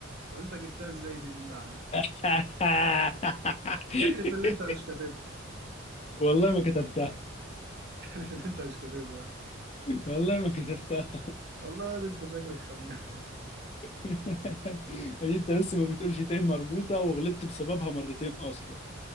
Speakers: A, on the right (about 55°); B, on the left (about 30°).
A: طب انت جبتها ازاي دي بالله عليك
B: <laughs>
A: احلف اللي انت مش كاتبها
B: والله ما كتبتها
A: <laughs> احلف اللي انت مش كاتبها
B: والله ما كتبتها
A: والله ده انت شكلك خمام
B: <laughs> هي انت بس ما بتقولش ته مربوطة وغلطت بسببها مرتين اصلا